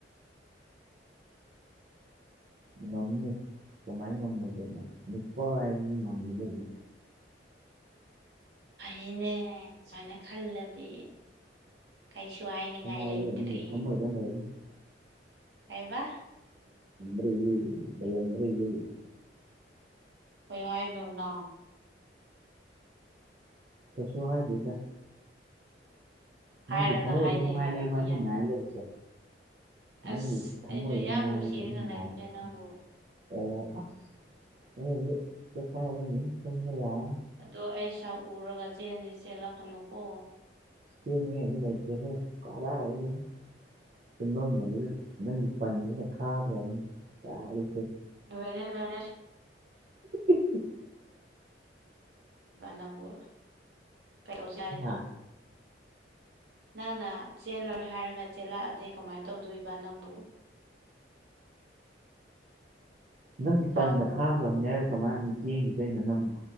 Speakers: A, on the right (about 45°); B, on the right (about 65°).
A: ꯉꯝꯅꯤ ꯀꯃꯥꯏꯅ ꯉꯝꯃꯣꯏꯗꯣꯏꯅꯣ ꯅꯨꯄꯥ ꯍꯥꯏꯁꯤ ꯉꯝꯒꯗꯕꯅꯤ
B: ꯐꯩꯅꯦ ꯁꯨꯃꯥꯏꯅ ꯈꯜꯂꯗꯤ ꯀꯩꯁꯨꯨ ꯍꯥꯏꯅꯤꯡꯉꯥꯏ
A: ꯀꯅꯥꯒꯤ
B: ꯂꯩꯇ꯭ꯔꯦ
A: ꯅꯪꯒꯤ <unintelligible>
B: ꯀꯩꯕ
A: ꯂꯩꯔꯤ ꯂꯩꯔꯝꯗꯔꯗꯤ ꯑꯣꯏ
B: ꯀꯩ ꯍꯥꯏꯅꯣ ꯅꯪ
A: ꯀꯩꯁꯨ ꯍꯥꯏꯗꯦꯗ ꯅꯪꯒꯤ
B: ꯍꯥꯏꯔꯒ
A: ꯊꯃꯣꯏꯗꯣ
B: ꯍꯥꯏꯗꯦ
A: ꯃꯉꯥꯏꯔꯦꯕ
B: ꯍꯥꯏꯕꯗꯤ
A: ꯑꯩꯅ
B: ꯌꯥꯗꯦ
A: ꯉꯥꯏ ꯂꯩꯔꯤꯁꯦ ꯅꯪꯒꯤ
B: ꯑꯁ
A: ꯊꯃꯣꯏꯗꯣ
B: ꯑꯩꯁꯨ ꯌꯥꯝ
A: ꯃꯉꯥꯏꯔꯦꯕ
B: ꯅꯨꯡꯁꯤꯔ
A: ꯑꯩꯅ
B: ꯂꯩꯕꯅꯦ
A: ꯉꯥꯏ ꯂꯩꯔꯤꯁꯦ
B: ꯅꯪꯕꯨ
A: ꯑꯣ ꯑꯁ ꯑꯗꯨꯗꯤ ꯄꯣꯈꯥꯏꯔꯅꯤ ꯇꯨꯝꯕ ꯌꯥꯔꯔꯣꯏ
B: ꯑꯗꯣ ꯑꯩ ꯁꯛꯎꯔꯒ ꯆꯦꯟꯁꯤ ꯆꯦꯜꯂꯛꯀꯅꯨꯀꯣ
A: ꯆꯦꯜꯅꯤꯉꯥꯏ ꯂꯩꯇꯦꯍꯦ ꯀꯗꯥꯏꯗꯩꯅꯣ ꯇꯨꯝꯐꯝ ꯂꯩꯔꯣꯏ ꯄꯟꯗꯨꯅ ꯈꯥꯈ꯭ꯔꯅꯤ ꯌꯥꯔꯣꯏ
B: ꯂꯣꯏꯔꯦ ꯂꯣꯏꯔꯦ
A: <unintelligible>
B: ꯅꯪꯕꯨ ꯀꯩ ꯗꯧꯁꯤ ꯍꯥꯏꯅꯣ
A: ꯍꯥ
B: ꯅꯪꯅ ꯆꯦꯜꯂꯔꯣꯏ ꯍꯥꯏꯔꯒ ꯆꯦꯜꯂꯛꯑꯗꯤ ꯀꯃꯥꯏꯅ ꯇꯧꯗꯣꯏꯕ ꯅꯪꯕꯨ
A: ꯅꯪꯒꯤ
B: ꯇꯥꯕ꯭ꯔꯣ
A: ꯄꯟꯅ ꯈꯥꯈ꯭ꯔꯕꯅꯤ ꯍꯥꯏꯔ ꯀꯃꯥꯏꯅ ꯑꯃꯨꯛ ꯆꯦꯡꯈꯤꯗꯣꯏꯅꯣ ꯅꯪꯕꯨ